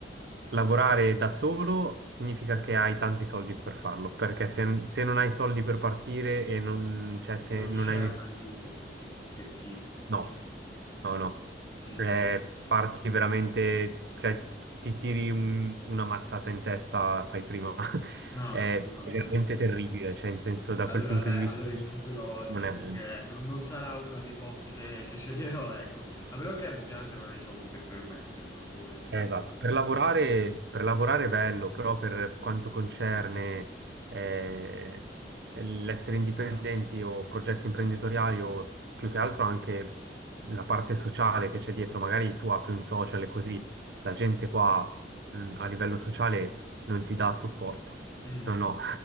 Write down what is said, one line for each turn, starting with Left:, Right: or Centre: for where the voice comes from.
Right: lavorare da solo significa che hai tanti soldi per farlo, perché se, se non hai soldi per partire e non, cioè, se
Left: non
Right: non
Left: c'è
Right: hai nessuno...
Left: un aiuto effettivo, effettivo,
Right: No,
Left: diciamo.
Right: no, no.
Left: Mm.
Right: Eh, parti veramente, cioè ti tiri un- una mazzata in testa, fai prima. <laughs>
Left: No,
Right: È
Left: mamma
Right: veramente
Left: mia.
Right: terribile, cioè in senso da
Left: Allora,
Right: quel punto
Left: dai,
Right: di vista
Left: allora
Right: lì
Left: in futuro diciamo
Right: non è bello.
Left: che non, non sarà uno dei posti che, che sceglierò, ecco, a meno che effettivamente non hai i soldi per permetterlo, come,
Right: Eh,
Left: come
Right: esatto,
Left: hai detto
Right: per
Left: tu.
Right: lavorare, per lavorare è bello, però per quanto concerne eh, l'essere indipendenti o progetti imprenditoriali o s- più che altro anche la parte sociale che c'è dietro, magari tu apri un social e così la gente qua mh, a livello sociale non ti dà supporto.
Left: Mm,
Right: No, no,